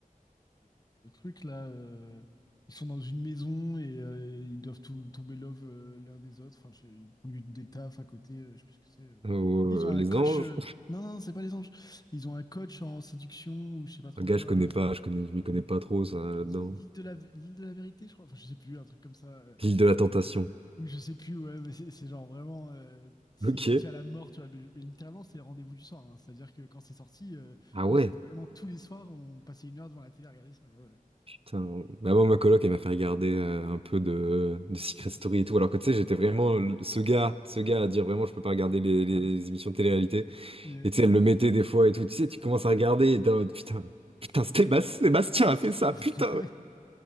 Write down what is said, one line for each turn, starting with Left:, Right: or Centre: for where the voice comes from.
Left: Euh, Le truc là, euh, ils sont dans une maison et euh, ils doivent tout, tomber love euh, l'un des autres. Enfin, je- ils font du- des tafs à côté, euh, je sais plus ce que c'est. euh.
Right: Ou, euh,
Left: Ils ont un
Right: les
Left: coach.
Right: anges.
Left: euh, Non, non, non, c'est pas les anges. Ils ont un coach en séduction ou je sais pas trop
Right: Ah, Gars,
Left: quoi.
Right: je connais pas, je connais, je m'y connais pas trop, ça, là-dedans.
Left: L- L'île de la, l'île de la vérité, je crois. Enfin, je sais plus, un truc comme ça. euh,
Right: L'île de la Tentation.
Left: Ou je sais plus, ouais, mais c'est c'est genre vraiment. euh, C'est
Right: Ok.
Left: qui tient la mort, tu vois. Mais, mais littéralement, c'est le rendez-vous du soir. hein. C'est-à-dire que quand c'est sorti, euh,
Right: Ah ouais,
Left: nous, c'était vraiment tous les soirs, on passait une heure devant la télé à regarder ça. ouais, ouais.
Right: putain. Bah, moi, ma coloc, elle m'a fait regarder euh, un peu de, de Secret Story et tout. Alors que tu sais, j'étais vraiment le- ce gars, ce gars à dire vraiment, je peux pas regarder les, les
Left: <laughs>
Right: émissions de télé-réalité.
Left: Mm.
Right: Et tu sais, elle le mettait des fois et tout. Tu sais, tu commences à regarder et t'es en mode putain, putain, Stéba- Sébastien a
Left: <laughs> Ouais,
Right: fait ça, putain!